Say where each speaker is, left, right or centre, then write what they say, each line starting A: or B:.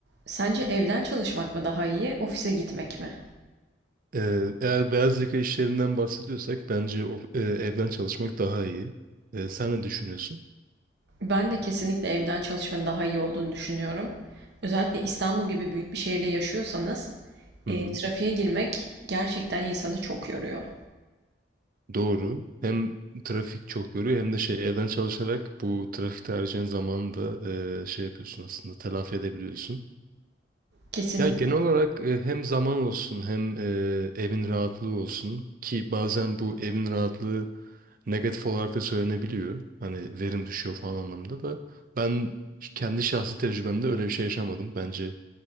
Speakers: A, on the right (about 65°); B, on the right (about 50°).
A: Sence evden çalışmak mı daha iyi, ofise gitmek mi?
B: Ee, eğer beyaz yaka işlerinden bahsediyorsak bence o, e, evden çalışmak daha iyi. Ee, sen ne düşünüyorsun?
A: Ben de kesinlikle evden çalışmanın daha iyi olduğunu düşünüyorum. Özellikle İstanbul gibi büyük bir şehirde yaşıyorsanız,
B: Hı
A: e,
B: hı.
A: trafiğe girmek gerçekten insanı çok yoruyor.
B: Doğru. Hem trafik çok yoruyor hem de şey evden çalışarak bu trafikte harcayan zamanı da e, şey yapıyorsun aslında telafi edebiliyorsun.
A: Kesinlikle.
B: Ya genel olarak e, hem zaman olsun hem e, evin rahatlığı olsun ki bazen bu evin rahatlığı negatif olarak da söylenebiliyor. Hani verim düşüyor falan anlamında da ben kendi şahsi tecrübemde öyle bir şey yaşamadım. Bence